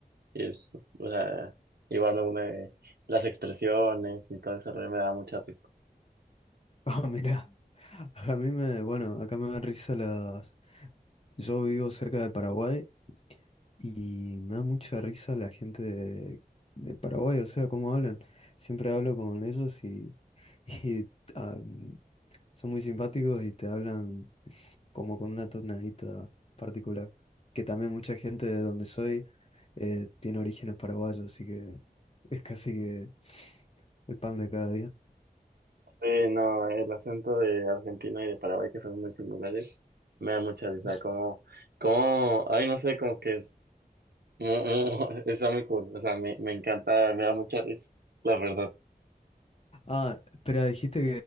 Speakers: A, on the right (about 80°); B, on the left (about 40°).
A: Y es, o sea, igual bueno, me, las expresiones y todo eso me da mucha risa.
B: Ah, mira. A mí me, bueno, acá me dan risa las... Yo vivo cerca de Paraguay Y me da mucha risa la gente de, de Paraguay, o sea, cómo hablan. Siempre hablo con ellos y, <laughs> y, ah, son muy simpáticos y te hablan como con una tonadita particular. Que también mucha gente de donde soy eh, tiene orígenes paraguayos, así que es casi que el pan de cada día.
A: Sí, no, el acento de Argentina y de Paraguay que son muy similares, me da mucha risa.
B: Es-
A: Como, como, ay, no sé, como que es, mu- mu- <laughs> está muy cool. O sea, me, me encanta, me da mucha risa, la verdad.
B: Ah, espera, dijiste